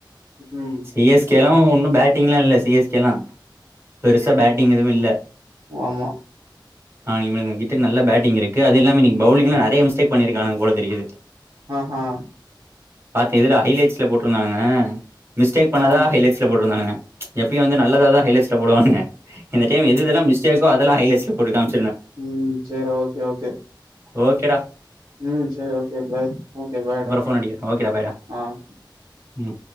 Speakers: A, on the right (about 70°); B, on the right (about 30°).
A: ம்
B: சி எஸ் கே ல்ல ஒன்னும் பேட்டிங்லாம் இல்ல சிஎஸ்கே லா பெருசா பேட்டிங் எதுவும் இல்ல
A: ஆமா
B: ஆஹ் இவனுங்க கிட்ட நல்ல பேட்டிங் இருக்கு அது இல்லாமே இன்னைக்கு பவுலி்ங்ல நிறைய மிஸ்டேக் பண்ணிருக்காங்க போல தெரியுது
A: ஆஹ்ஹா
B: பாத்தேன் இதுல ஹைலேட்ல போட்டிருந்தானுங்க மிஸ்டேக் பண்ணதான்
A: ஆ
B: ஹலைட்ல போட்டிருந்தானுங்க எப்பயும் வந்து நல்லதா தான் ஹயிலைட்ல போடுவானுங்க இந்த டைம் எது இதல்லாம் மிஸ்டேக்கோ அது இதெல்லாம் ஹயிலைட்ஸ்ல போட்ருக்கான்
A: உம் சரி ஓகே ஓகே
B: ஓகேடா
A: உம் சரி ஓகே பாய் ஓகே பாய்டா
B: அப்புறோ ஃபோன் அடிக்கிறே ஓகேடா பாய்டா
A: ஆஹ்
B: ம்